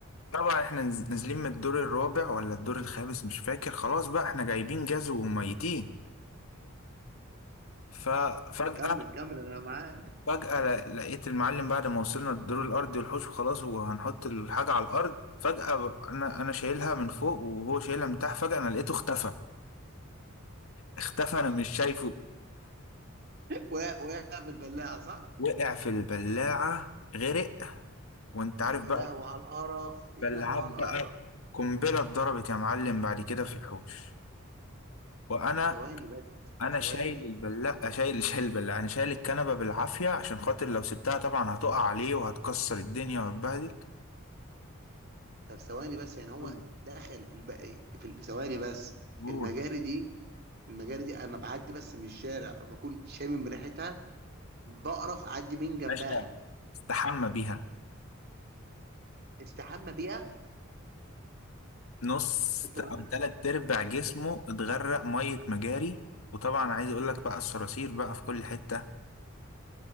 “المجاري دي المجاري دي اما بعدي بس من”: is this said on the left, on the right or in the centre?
Right